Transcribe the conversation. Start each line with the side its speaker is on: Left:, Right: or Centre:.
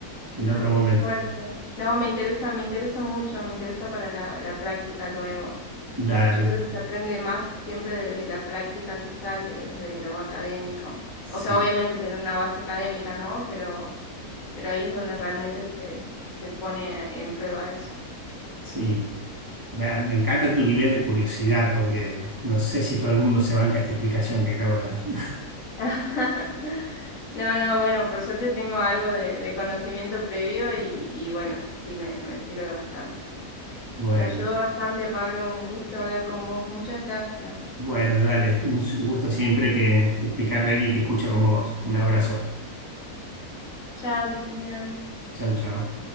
Right: en
Left: Ay,
Right: otro
Left: qué
Right: momento.
Left: fuerte. No, me interesa, me interesa mucho, me interesa para la, la práctica luego.
Right: Dale,
Left: Yo creo que se aprende más siempre desde la práctica quizá que desde lo académico.
Right: sí,
Left: O sea, obviamente tener una base académica, ¿no? Pero pero ahí es donde realmente se, se pone en prueba eso.
Right: sí. Va, Me encanta tu nivel de curiosidad porque no sé si todo el mundo se banca esta explicación que acabo de dar. <laughs>
Left: <laughs> No, no, bueno, por suerte tengo algo de, de conocimiento previo y, y bueno, sí me, me sirve bastante.
Right: Bueno,
Left: Me ayudó bastante, Pablo, un gusto hablar con vos. Muchas gracias.
Right: bueno, dale. Un s- gusto siempre que explicarle a alguien que escucha como vos. Un abrazo.
Left: Chao, que estés bien.
Right: Chau, chau.